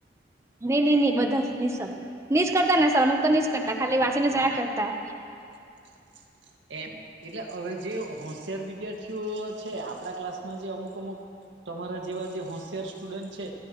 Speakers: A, on the right; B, on the right.
A: નઈ નઈ નઈ બધા ની સર નીસ કરતા ને સર અમુક તો નીચ કરતા ખાલી વાંચીને જયા કરતા
B: <inaudible> એમ એટલે હવે જે હોશિયાર વિદ્યાર્થીઓ છે આપણા ક્લાસમાં જે અમુક અમુક તમારા જેવા જે હોશિયાર સ્ટુડન્ટ છે